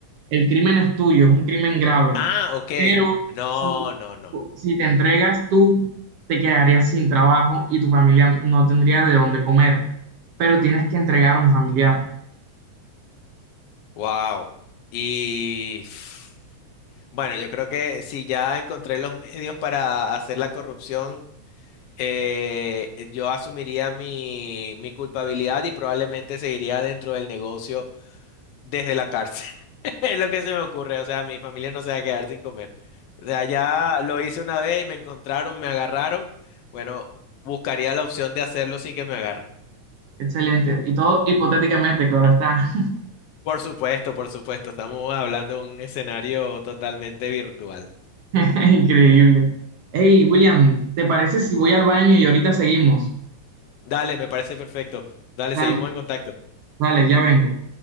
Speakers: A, on the right (about 65°); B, on the left (about 80°).
A: el crimen es tuyo, es un crimen grave,
B: Ah, ok.
A: pero
B: No,
A: si,
B: no, no.
A: si te entregas tú, te quedarías sin trabajo y tu familia no tendría de dónde comer, pero tienes que entregar a un familiar.
B: Wow. Y pf, bueno, yo creo que si ya encontré los medios para hacer la corrupción, eh, yo asumiría mi, mi culpabilidad y probablemente seguiría dentro del negocio desde la cárcel. <laughs> Es lo que se me ocurre. O sea, mi familia no se va a quedar sin comer. O sea, ya lo hice una vez y me encontraron, me agarraron. Bueno, buscaría la opción de hacerlo sin que me agarren.
A: Excelente. Y todo hipotéticamente, claro está.
B: Por supuesto, por supuesto. Estamos hablando de un escenario totalmente virtual.
A: <laughs> Increíble. Hey, William, ¿te parece si voy al baño y ahorita seguimos?
B: Dale, me parece perfecto. Dale,
A: Dale,
B: seguimos en contacto.
A: dale, ya vengo.